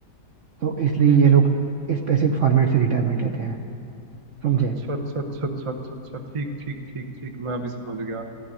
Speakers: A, on the right; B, on the right.
A: तो इसलिए
B: हम्म
A: ये
B: हम्म,
A: लोग
B: हम्म, हम्म।
A: स्पेसिफिक फॉर्मेट से रिटायरमेंट लेते हैं समझे
B: अच्छा अच्छा अच्छा अच्छा अच्छा अच्छा ठीक ठीक ठीक ठीक मैं अभी समझ गया अ,